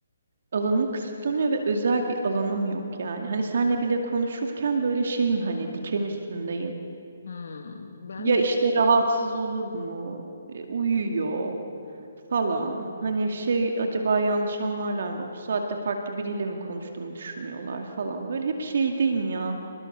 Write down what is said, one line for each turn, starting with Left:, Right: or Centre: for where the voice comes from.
Right: Alanım kısıtlanıyor ve özel bir alanım yok yani. Hani senle bile konuşurken böyle şeyim hani diken üstündeyim.
Left: Hmm, ben
Right: Ya
Left: de
Right: işte rahatsız olur mu? E, uyuyor falan. Hani şey acaba yanlış anlarlar mı? Bu saatte farklı biriyle mi konuştuğumu düşünüyorlar falan. Böyle hep şeydeyim ya.